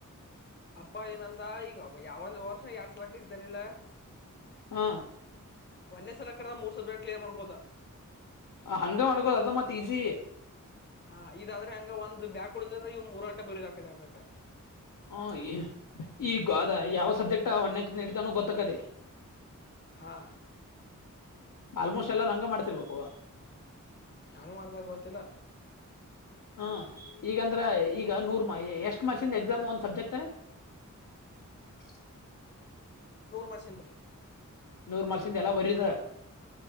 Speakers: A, on the left (about 35°); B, on the left (about 75°).
A: ಅಪ್ಪಾ ಏನಂದ ಈಗ ಯಾವ ಒಂದ ವರ್ಷ ಎರಡ್ ಸಲಕ ಇದತಾರಿಲ್ಲ.
B: ಆ
A: ಒಂದೇ ಸಲ ಕಡ್ರ ಮೂರ್ ಸಬ್ಜೆಕ್ಟ್ ಕ್ಲಿಯರ್ ಮಾಡ್ಬೋದ?
B: ಅ ಹಂಗ ಮಾಡ್ಕೋದ ಅದ ಮತ್ ಈಜಿ.
A: ಆ ಇದಾದ್ರೆ ಹೆಂಗೆ ಒಂದ್ ಬ್ಯಾಕ್ ಉಳಿದರೆ ಇವು ಮೂರಟ ಬರದಕ ಆಬೇಕ.
B: ಹ ಈ ಈಗ ಅದ ಯಾವ ಸಬ್ಜೆಕ್ಟ್ ಒಣ ನಡಿತವನ ಗೊತ್ತಕ್ಕದೆ.
A: ಹಾ
B: ಆಲ್ಮೋಸ್ಟ್ ಎಲ್ಲಾರೂ ಹಂಗ ಮಾಡ್ತಿರ್ಬೇಕು.
A: ಹೆಂಗ ಮಾಡ್ದಾರ ಗೊತ್ತಿಲ್ಲ.
B: ಹಾ ಈಗಂದ್ರೆ ಈಗ ನೂರ್ ಮ ಎಷ್ಟ್ ಮಾರ್ಸಿಂದ ಎಕ್ಸಾಮ್ ಒಂದ್ ಸಬ್ಜೆಕ್ಟ? <inaudible>
A: ಮಸಿಂದ.
B: ನೂರ್ ಮಾರ್ಸಿಂದ ಎಲ್ಲ ಬರೀದ.